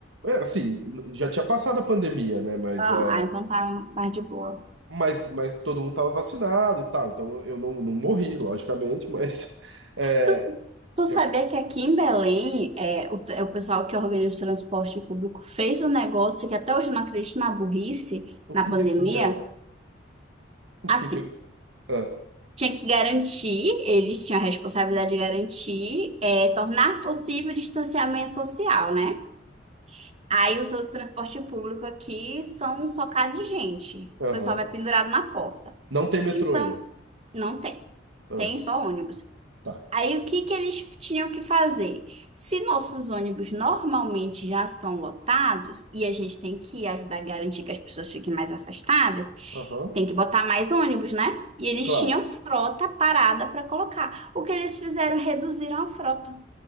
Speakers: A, on the right; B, on the right.
A: é, assim, n- já tinha passado a pandemia, né? Mas,
B: Ah,
A: é,
B: ah, então tá mais de boa.
A: mas, mas todo mundo tava vacinado e tal. Então eu não, não morri, logicamente, mas <laughs> é,
B: Tu, tu sabia
A: eu, fi-
B: que aqui em Belém, é, o, é o pessoal que organiza o transporte público fez um negócio que até hoje eu não acredito na burrice,
A: o
B: na
A: que
B: pandemia.
A: que fizeram? O
B: Assim,
A: que que Ah,
B: tinha que garantir, eles tinham a responsabilidade de garantir, é, tornar possível o distanciamento social, né? Aí os seus transporte público aqui são socados de gente.
A: aham.
B: O pessoal vai pendurado na porta.
A: Não tem metrô
B: Então,
A: aí.
B: não tem.
A: Ah,
B: Tem só ônibus.
A: tá.
B: Aí o que que eles tinham que fazer? Se nossos ônibus normalmente já são lotados e a gente tem que ajudar a garantir que as pessoas fiquem mais afastadas,
A: Aham,
B: tem que botar mais ônibus, né? E eles
A: claro.
B: tinham frota parada para colocar. O que eles fizeram? Reduziram a frota.